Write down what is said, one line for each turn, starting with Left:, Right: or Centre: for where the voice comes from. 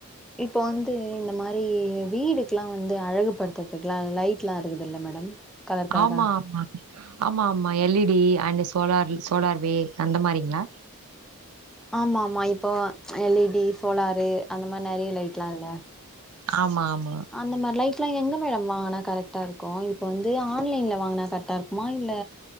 Centre: இப்போ வந்து இந்த மாரி வீடுக்குலா வந்து அழகுப்படுத்துறதுக்குலா லைட் லா இருக்குதுல மேடம் கலர் கலரா
Right: ஆமா ஆமா ஆமா ஆமா L E D and solar சோலார்வே அந்த மாரிங்களா?
Centre: ஆமா ஆமா இப்போ எல் இ டி சோலாரு அந்த மாதிரி நிறைய லைட் லா இல்ல.
Right: ஆமா ஆமா
Centre: அந்த மாதிரி லைட் லா எங்க மேடம் வாங்னா கரெக்ட்டா இருக்கும்? இப்போ வந்து ஆன்லைன்ல வாங்குனா கரெக்ட்டா இருக் குமா இல்ல